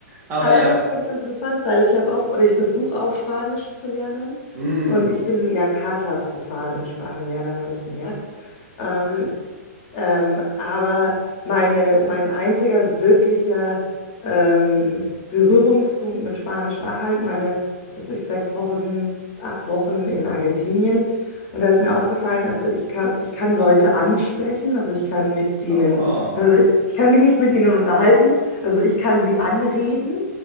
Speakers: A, on the right; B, on the left.
A: Aber
B: Aber
A: ja,
B: das ist ganz interessant, weil ich habe auch, oder ich versuche auch Spanisch zu lernen.
A: mh,
B: Und ich bin ja katastrophal in Sprachenlernen, habe ich gemerkt. Ähm, ähm, aber meine, mein einziger wirklicher ähm, Berührungspunkt mit Spanisch war halt meine, was weiß ich, sechs Wochen, acht Wochen in Argentinien. Und da ist mir aufgefallen, also ich kann, ich kann Leute ansprechen, also ich kann mit denen,
A: oh.
B: also ich kann mich nicht mit ihnen unterhalten, also ich kann sie anreden.